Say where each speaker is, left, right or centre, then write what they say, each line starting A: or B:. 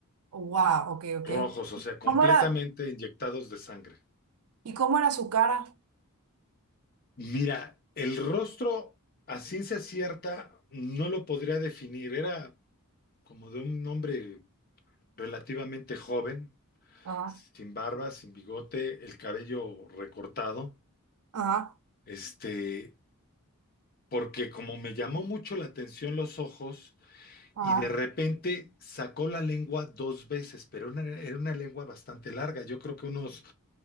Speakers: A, on the right (about 80°); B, on the left (about 40°).
A: Wow, ok, ok.
B: Rojos, o sea, completamente
A: ¿Cómo era?
B: inyectados de sangre.
A: ¿Y cómo era su cara?
B: Mira, el rostro a ciencia cierta no lo podría definir. Era como de un hombre relativamente joven,
A: Ajá,
B: sin barba, sin bigote, el cabello recortado.
A: ajá,
B: Este, porque como me llamó mucho la atención los ojos
A: ajá,
B: y de repente sacó la lengua dos veces, pero una- era una lengua bastante larga, yo creo que unos